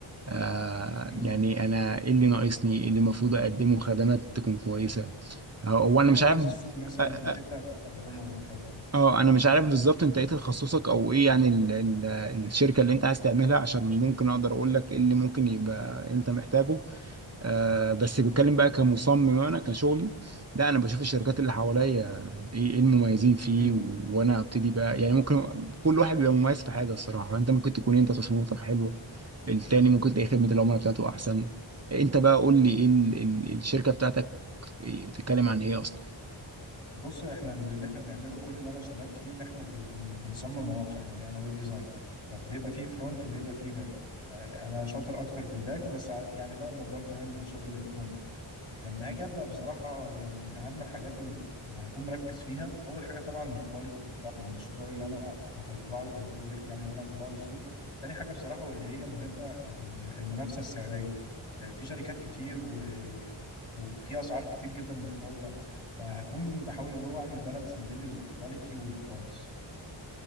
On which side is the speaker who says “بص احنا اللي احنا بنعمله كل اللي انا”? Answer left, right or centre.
Left